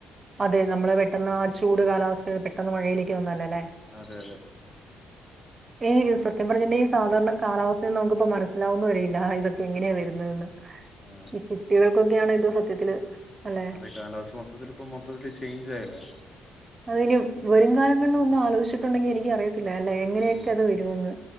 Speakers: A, on the right (about 30°); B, on the left (about 25°).
A: അതെ നമ്മള് പെട്ടെന്ന് ആ ചൂട് കാലാവസ്ഥന്ന് പെട്ടെന്ന് മഴയിലേക്ക് വന്നല്ലേ ല്ലേ
B: അതെ അതെ
A: ഏഹ് സത്യം പറഞ്ഞാ ഈ സാധാരണ കാലാവസ്ഥ നമ്മുക്കിപ്പോ മനസ്സിലാവുന്ന് വരെയില്ല ഇതൊക്കെ എങ്ങനെയാ വരുന്നതെന്ന്
B: ആ
A: ഈ കുട്ടികൾക്കൊക്കെയാണ് ഇത് സത്യത്തില് അല്ലെ
B: അതെ കാലാവസ്ഥ മൊത്തത്തിൽ ഇപ്പം മൊത്തിത്തില് ചേഞ്ച് ആയല്ലോ
A: അതിനും വരും കാലങ്ങളിൽ ഒന്നും ആലോചിച്ചിട്ടുണ്ടെങ്കിൽ എനിക്ക് അറിയ <unintelligible> എങ്ങനെയൊക്കെ
B: ഉം
A: അത് വരൂന്ന്